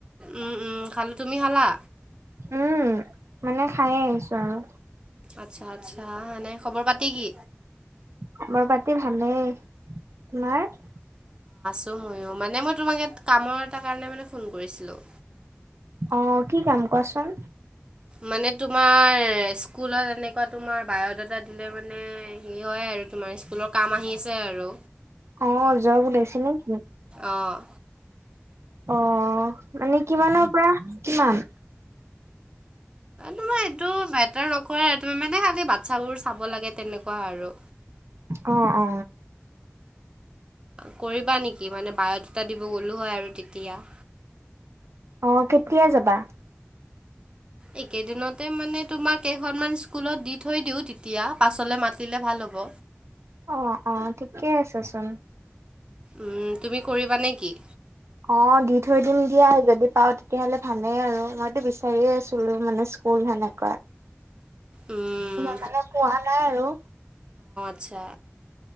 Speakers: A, on the right (about 20°); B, on the right (about 70°).
A: উম, উম, খালোঁ, তুমি খালা?
B: উম, মানে খায়েই আহিছোঁ আৰু।
A: আচ্ছা আচ্ছা, মানে খবৰ পাতি কি?
B: খবৰ পাতি ভালেই। তোমাৰ?
A: <unintelligible> মানে মই তোমাৰ এটা কামৰ এটা কাৰণে মানে ফোন কৰিছিলোঁ
B: অ', কি কাম কোৱাচোন?
A: মানে তোমাৰ স্কুলত এনেকুৱা তোমাৰ বায়'ডাটা দিলে মানে <unintelligible> হয়। আৰু তোমাৰ স্কুলৰ কাম আহি আছে আৰু।
B: অহ, যব ওলাইছে নেকি?
A: অঁ
B: অ', মানে কিমানৰ পৰা কিমান?
A: তোমাৰ এইটো মেতাৰ নকৰে মানে খালি বাচ্ছাবোৰ চাব লাগে তেনেকুৱা আৰু।
B: অ', অ।
A: কৰিবা নেকি? মানে বায়'ডাটা দিব গ'লো হয় আৰু তেতিয়া।
B: অ', কেতিয়া যাবা?
A: এইকেইদিনতে মানে তোমাৰ কেইখনমান স্কুলত দি থৈ দিও তেতিয়া, পাছলে মাতিলে ভাল হ'ব।
B: অ', অ, ঠিকেই আছে চোন।
A: উম, তুমি কৰিবা নেকি?
B: অ', দি থৈ দিম দিয়া, যদি পাওঁ তেতিয়াহলে ভালেই আৰু। মইতো বিচাৰিয়েই আছিলো মানে ফুল সেনেকুৱা।
A: উম,
B: মানে পোৱা নাই আৰু।
A: আচছা।